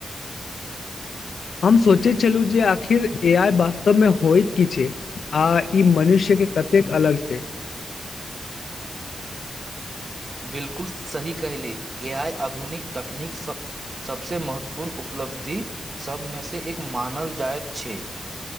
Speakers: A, on the left (about 75°); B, on the right (about 40°).
A: हम सोचैत छलहुँ जे आखिर ए आइ वास्तवमे होइत की छै आ ई मनुष्य कतेक अलग छै
B: बिलकुल सही कहले ए आइ आधुनिक तकनीक स सबसँ महत्व पूर्ण उपलब्धि सभमेसँ एक मानल जाइत छै